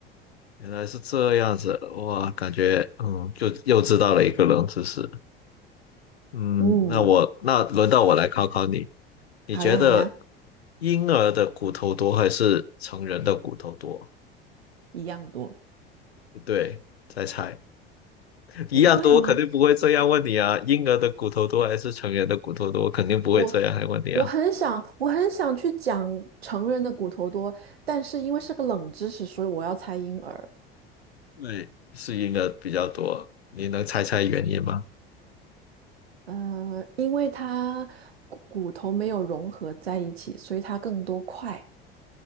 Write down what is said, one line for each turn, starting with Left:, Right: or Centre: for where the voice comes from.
Left: 原来是这样子，哇，感觉嗯，就又知道了一个冷知识。嗯，
Right: 嗯。
Left: 那我那轮到我来考考你，你觉得
Right: 好呀，好呀，
Left: 婴儿的骨头多还是成人的骨头多？
Right: 一样多，
Left: 不对，再猜，一样多，
Right: 不对吗？
Left: 肯定不会这样问你啊。婴儿的骨头多还是成人的骨头多，肯定不会这样来问你啊。
Right: 我我很想，我很想去讲成人的骨头多，但是因为是个冷知识，所以我要猜婴儿。
Left: 对是婴儿比较多，你能猜猜原因吗？
Right: 呃，因为它骨骨头没有融合在一起，所以它更多块。